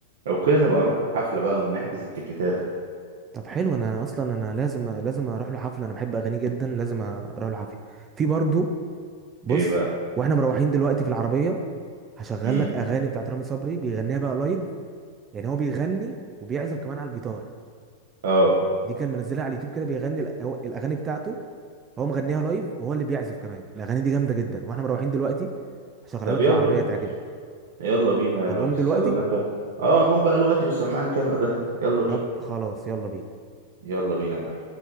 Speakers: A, on the right (about 75°); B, on the right (about 25°).
A: لو كده نبقى نروح الحفلة بقى ونحجز التيكيتات أو
B: طب حلو انا اصلا انا لازم لازم اروح له حفله انا بحب اغانيه جدا لازم اروح له حفله في برضو بص
A: إيه بقى
B: واحنا مروحين دلوقتي في العربيه هشغل
A: امم
B: لك اغاني بتاعت رامي صبري بيغنيها بقى لايف يعني هو بيغني وبيعزف كمان على الجيتار
A: اه
B: دي كان منزلها على اليوتيوب كده بيغني الأ- هو- الاغاني بتاعته هو مغنيها لايف وهو اللي بيعزف كمان الاغاني دي جامده جدا واحنا مروحين دلوقتي هشغلها
A: طب
B: لك
A: يلا
B: في العربيه
A: بينا
B: هتعجبك
A: يلا بينا
B: هنقوم
A: يا ريس
B: دلوقتي
A: يلا نركب اه نقوم بقى الوقت وسمعني كام الأغاني دي يلا بينا
B: طب خلاص يلا بينا
A: يلا بينا يا معلم